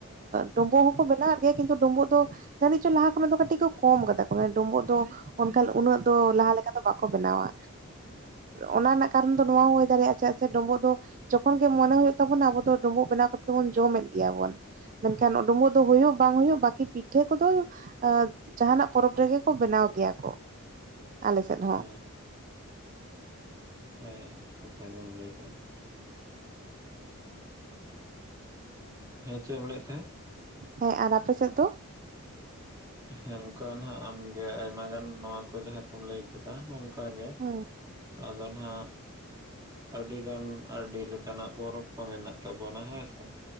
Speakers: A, on the right (about 40°); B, on the right (about 15°).
A: ᱰᱳᱢᱵᱳᱜ ᱦᱚᱸᱠᱚ ᱵᱮᱱᱟᱣᱮᱫ ᱜᱮᱭᱟ ᱠᱤᱱᱛᱩ ᱰᱳᱢᱵᱳᱜ ᱫᱚ ᱡᱟᱱᱤᱡ ᱪᱚᱝ ᱞᱟᱦᱟ ᱠᱷᱚ ᱫᱚ ᱠᱟᱹᱴᱤᱡ ᱠᱚᱢ ᱠᱟᱫᱟ ᱠᱚ ᱢᱟᱱᱮ ᱰᱩᱢᱵᱩᱜ ᱫᱚ ᱚᱱᱠᱟᱱ ᱩᱱᱟᱹᱜ ᱫᱚ ᱞᱟᱦᱟ ᱞᱮᱠᱟ ᱫᱚ ᱵᱟᱠᱚ ᱵᱮᱱᱟᱣᱟ ᱚᱱᱟ ᱨᱮᱱᱟᱜ ᱠᱟᱨᱚᱱ ᱫᱚ ᱱᱚᱣᱟ ᱦᱩᱭ ᱫᱟᱲᱮᱭᱟᱜᱼᱟ ᱪᱮᱫᱟᱜ ᱥᱮ ᱰᱳᱵᱳᱜ ᱫᱚ ᱡᱚᱠᱷᱚᱱ ᱜᱮ ᱢᱚᱱᱮ ᱦᱩᱭᱩᱜ ᱛᱟᱵᱱᱟ ᱟᱵᱚ ᱰᱩᱢᱵᱩᱜ ᱵᱮᱱᱟᱣ ᱠᱟᱛᱮ ᱵᱚᱱ ᱡᱚᱢᱮᱫ ᱜᱮᱭᱟ ᱵᱚᱱ ᱢᱮᱱᱠᱷᱟᱱ ᱰᱩᱵᱚᱜ ᱫᱚ ᱦᱩᱭᱩᱜ ᱵᱟᱝ ᱦᱩᱭᱩᱜ ᱵᱟᱹᱠᱤ ᱯᱤᱴᱷᱟᱹ ᱠᱚᱫᱚ ᱮ ᱡᱟᱦᱱᱟᱜ ᱯᱚᱨᱚᱵᱽ ᱨᱮᱜᱮ ᱠᱚ ᱵᱮᱱᱟᱣ ᱜᱮᱭᱟ ᱠᱚ ᱟᱞᱮ ᱥᱮᱫ ᱦᱚᱸ
B: ᱦᱮᱸ ᱦᱮᱸ ᱠᱟᱛᱷᱟ ᱜᱮᱢ ᱞᱟᱹᱭ ᱠᱟᱜᱼᱟ᱾ ᱦᱮᱸ ᱪᱮᱫ ᱮᱢ ᱞᱟᱹᱭᱮᱫ ᱛᱟᱦᱮᱸᱫ?
A: ᱦᱮᱸ ᱟᱨ ᱟᱯᱮ ᱥᱮᱫ ᱫᱚ
B: ᱦᱮᱸ ᱚᱱᱠᱟ ᱱᱟᱦᱟᱜ ᱟᱢᱜᱮ ᱟᱭᱢᱟ ᱜᱟᱱ ᱱᱚᱣᱟ ᱠᱚ ᱡᱟᱦᱟᱸ ᱠᱚᱢ ᱞᱟᱹᱭ ᱠᱮᱫᱟ ᱱᱚᱝᱠᱟᱜᱮ
A: ᱦᱮᱸ
B: ᱟᱫᱚ ᱱᱟᱦᱟᱜ ᱟᱹᱰᱤ ᱜᱟᱱ ᱟᱹᱰᱤ ᱞᱮᱠᱟᱱᱟᱜ ᱯᱚᱨᱚᱵᱽ ᱠᱚ ᱢᱮᱱᱟᱜ ᱛᱟᱵᱚᱱᱟ ᱦᱮᱸ ᱥᱮ